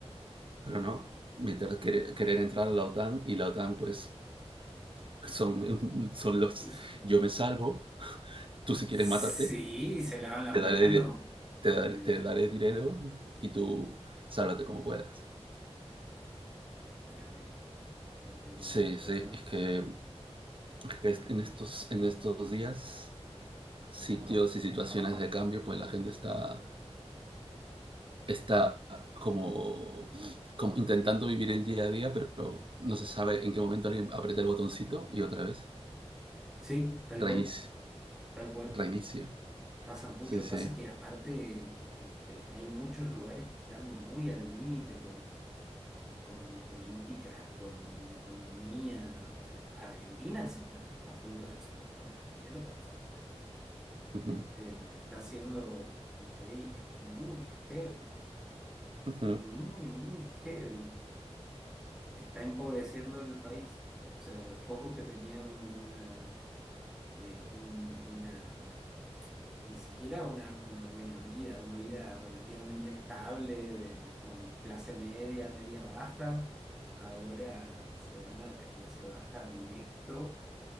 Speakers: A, on the right; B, in the centre.
A: pero no meter, querer, querer entrar a la OTAN y la OTAN pues son, son los
B: Y-
A: yo me salvo, tú si
B: sí,
A: quieres mátate,
B: se lavan la
A: te
B: mano.
A: daré, te daré,
B: Olvidé.
A: te daré dinero y tú sálvate como puedas.
B: Tremendo, tremendo,
A: Sí,
B: la
A: sí,
B: verdad.
A: es que, es que es- en estos, en estos días, sitios y situaciones de cambio, pues la gente está, está como, como intentando vivir el día a día, pero no se sabe en qué momento alguien aprieta el botoncito y otra vez
B: Sí, tal
A: reinicio,
B: cual, tal cual.
A: reinicio.
B: Pasa mucho,
A: Sí, sí.
B: pasa que aparte este, hay muchos lugares que están muy al límite con políticas, con economía. O sea, Argentina se está a punto de explotar la mierda. o sea,
A: Ujú,
B: este, lo que está haciendo Milei es muy heavy,
A: ujú,
B: es muy, muy heavy. Está empobreciendo el país. O sea, los pocos que tenían una, eh, un- una ni siquiera una, una buena vida, una vida relativamente estable, de, con clase media, media baja, ahora se van a la clase baja directo